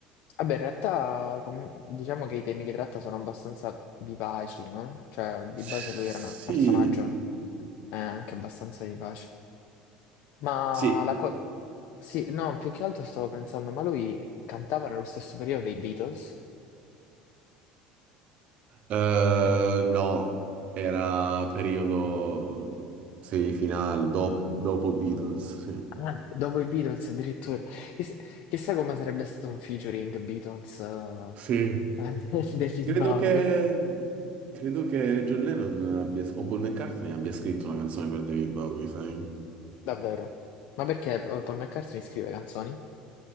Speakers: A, on the left (about 60°); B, on the right (about 45°).
A: Vabbè, in realtà com- diciamo che i temi che tratta sono abbastanza vivaci, no? Cioè, di
B: Sì,
A: base lui era un personaggio eh, anche abbastanza vivace. Ma
B: sì.
A: la co- Sì, no, più che altro stavo pensando, ma lui cantava nello stesso periodo dei Beatles?
B: Eh, no, era periodo semifinale, dopo, dopo Beatles, sì.
A: Ah, dopo i Beatles addirittura. Chiss- Chissà, come sarebbe stato un featuring Beatles eh,
B: Sì.
A: <laughs> degli
B: Credo
A: Bowie.
B: che... Credo che John Lennon abbia, o Paul McCartney abbia scritto una canzone per David Bowie, sai?
A: Davvero? Ma perché eh, Paul McCartney scrive canzoni?